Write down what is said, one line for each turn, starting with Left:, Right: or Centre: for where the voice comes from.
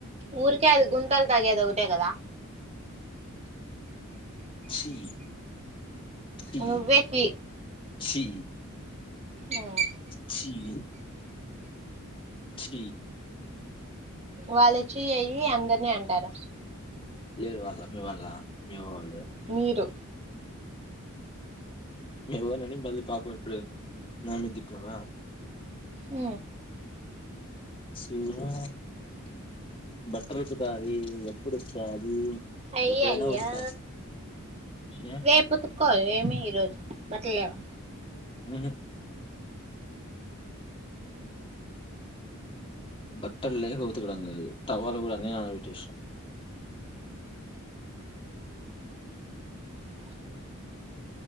Right: ఊర్కే అది గుంటల్ తాగేది ఒకటే కదా
Left: ఛీ ఛీ
Right: ఓ నువ్వే కీ
Left: ఛీ
Right: ఉమ్
Left: ఛీఛీ చీ
Right: వాళ్ళొచ్చి అయ్యి అందరినీ అంటార
Left: ఏరు వాళ్ళ మీ వాళ్ళ మీవోళ్ళు
Right: మీరు
Left: మీ అవ్వ ని అని <unintelligible> పాపం ఇప్పుడు నామీద తిప్పినావ
Right: ఊ
Left: సినువా బట్టలుతకాలి ఎపుడు ఉతకాలి
Right: అయ్యయ్యో
Left: ఎప్పుడైనా ఉతక ఏ
Right: రేపుతుక్కో ఏమి ఈ రోజు బట్టలేవా
Left: ఊహు బట్టలులేక ఉతకడం కాదు టవల్ కూడా అన్నీ నానబెట్టేసిన
Right: అ